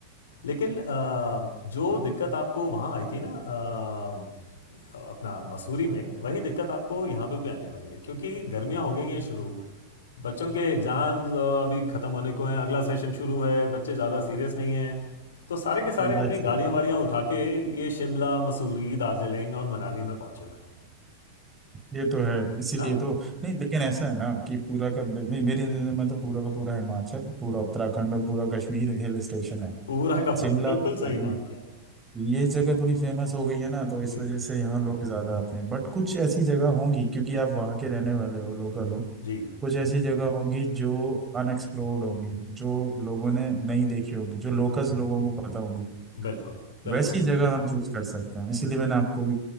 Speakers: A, on the left; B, on the right.
A: लेकिन अ, जो दिक्कत आपको वहाँ आई थी ना अ, अपना मसूरी में वही दिक्कत आपको यहाँ पे भी आने वाली है क्योंकि गर्मियाँ हो गई हैं शुरू बच्चों के एग्ज़ाम अभी ख़त्म होने को हैं अगला सेशन शुरू है बच्चे ज़्यादा सीरियस नहीं हैं तो सारे के सारे
B: बाइक
A: अपनी
B: से
A: गाड़ियाँ वाड़ियाँ उठा के ये शिमला मसूरी दार्जिलिंग और मनाली में पहुँचे हुए हैं
B: ये तो है इसीलिए
A: है ना
B: तो नहीं लेकिन ऐसा है ना कि पूरा का नहीं मेरी नज़र में तो पूरा का पूरा हिमाचल पूरा उत्तराखंड और पूरा कश्मीर हिल स्टेशन है
A: पूरा का पूरा
B: शिमला
A: बिल्कुल
B: मनाली
A: सही बात की आपने
B: ये जगह थोड़ी फेमस हो गई है ना तो इस
A: हम्म,
B: वजह से यहाँ लोग ज्यादा आते हैं बट कुछ ऐसी जगह होंगी क्योंकि आप वहाँ के रहने वाले हो लोकल हो
A: जी
B: कुछ ऐसी जगह होंगी जो अनएक्सप्लोर्ड होंगी जो लोगों ने नहीं देखी होगी जो लोकल्स लोगों को पता होंगी
A: बिल्कुल बिल्कुल
B: वैसी जगह हम चूज कर सकते हैं इसीलिए मैंने आपको भी